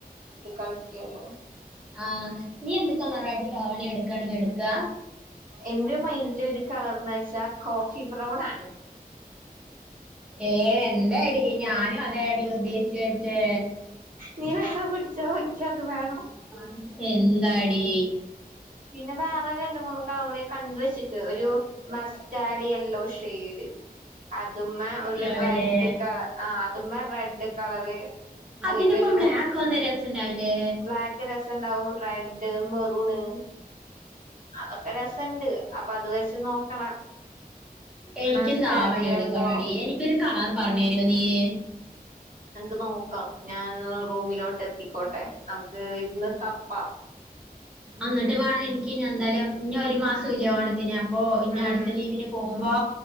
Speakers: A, on the right (about 60°); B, in the centre.
A: കളിക്കാലോ
B: ആഹ നീ എന്ത് കളർഡി ആവാണീ എടുക്കണ എടുക്ക
A: എന്റെ മൈൻഡില് ഒരു കളർന്ന് വെച്ചാ കോഫി ബ്രൗൺ ആണ്
B: ഏ എന്റെ അടി ഞാനും അതേ അടി ഉദ്ദേശിച്ചച്ച് വെച്ചേ
A: നീ വേറെ പിടിച്ചോ എനിക്കത് വേണം
B: <unintelligible> എന്താടീ
A: പിന്നെ വേ പറ രണ്ട് മൂന്ന് കളറ് ഞാൻ കണ്ടുവെച്ചിട്ട് ഒരു മസ്റ്റാഡ് യെല്ലോ ഷെയ്ഡ് അതുമ്മെ ഒരു
B: അവലേ
A: റെഡ് കള ആ അത്മ്മെ റെഡ് കളറ്
B: അതിന്റൊപ്പം
A: അല്ലെങ്കിൽ ഒരു
B: ബ്ലാക്ക് വന്ന രസണ്ടാവില്ലേ
A: ബ്ലാക്ക് രസണ്ടാവും റെഡ് മെറൂണ് അതൊക്കെ രസണ്ട് അപ്പൊ അത് വെച്ച് നോക്കണം
B: എനിക്കും
A: മസ്റ്റാർഡ്
B: ദാവണി
A: ചെയ്യല്ലോ
B: എടുക്കണംടി എനിക്കൊരു കളറ് പറഞ്ഞരോ നീയ്
A: ഞങ്ങക്ക് നോക്കാം ഞാനൊന്ന് റൂമിലോട്ട് എത്തിക്കോട്ടെ നമുക്ക് ഇരുന്ന് തപ്പാം
B: അന്നട്ട് വേണം ഇന്ക്കിനി എന്തായാലും ഇന്നി ഒരു മാസോംല്ലെ ഓണത്തിന് അപ്പൊ ഇനി
A: ഉം
B: അടുത്ത ലീവിന് പോവുമ്പോ